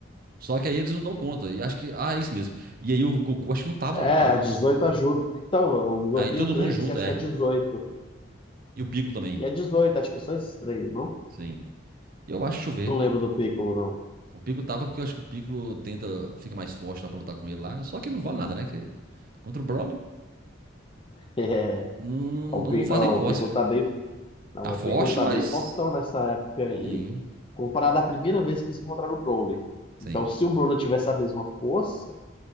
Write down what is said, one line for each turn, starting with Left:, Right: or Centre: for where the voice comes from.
Right: Só que aí eles não dão conta. E acho que. Ah, é isso mesmo. E aí o Goku acho que não tava
Left: É,
Right: lá.
Left: a 18 ajuda. Então, eu,
Right: Aí
Left: eu tenho
Right: todo
Left: o Trunks
Right: mundo junto,
Left: e acho
Right: é.
Left: que é dezoito
Right: E o Piccolo também.
Left: E é dezoito. acho que são esses três, não?
Right: Sim. Eu acho, deixa eu
Left: Não
Right: ver.
Left: lembro do Piccolo, não.
Right: O Piccolo tava porque eu acho que o Piccolo tenta. Fica mais forte lá pra lutar com ele lá. Só que não vale nada, né? Que, contra o Broly.
Left: <laughs> É,
Right: Não,
Left: o, Pi-
Right: não fazem
Left: ó,
Right: cócega.
Left: o Piccolo tá bem, não,
Right: Tá
Left: o
Right: forte,
Left: Piccolo tá
Right: mas.
Left: bem fortão nessa época aí,
Right: Sim,
Left: comparado à primeira vez que eles encontraram o Broly.
Right: sim.
Left: Então, se o Broly tivesse a mesma força,